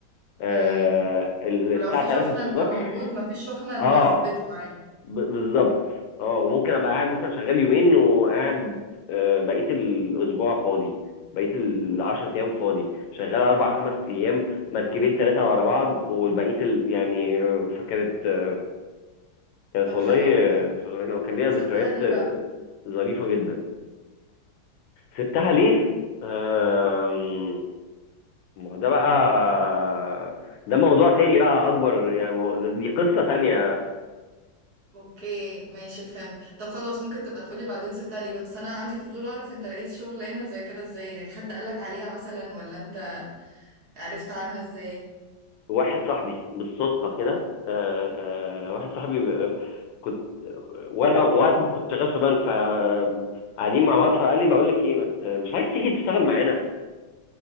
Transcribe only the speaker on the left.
آه،
الساعه
3 الصبح
اه
ب- بالظبط اه وممكن ابقى قاعد مثلا شغال يومين وقاعد آه، بقيه الاسبوع فاضي بقيه العشر ايام فاضي شغال اربع خمس ايام مركبين ثلاثه ورا بعض والبقيه ال... يعني آه، فكانت آه، كانت
والله
آه، شغلانه وكان ليها
ذكريات
آه،
ظريفه جدا سبتها ليه؟ آم، ما هو ده بقى ده موضوع تاني بقى اكبر يعني مو- دي قصه تانيه
واحد صاحبي بالصدفه كده آه، آه، واحد صاحبي آه، كنت وانا وقت ما كنت شغال في بنك فقاعدين مع بعض فقال لي بقول لك ايه ما ت- مش عايز تيجي تشتغل معانا